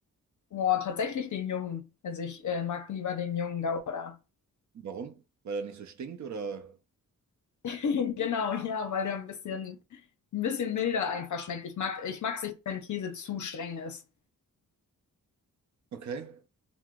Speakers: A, on the left; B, on the right.
A: Boah, tatsächlich den Jungen. Also ich äh, mag lieber den Jungen Gouda.
B: Warum? Weil er nicht so stinkt oder?
A: <laughs> Genau, ja, weil der ein bisschen, ein bisschen milder einfach schmeckt. Ich mag, ich mag's nicht, wenn Käse zu streng ist.
B: Okay.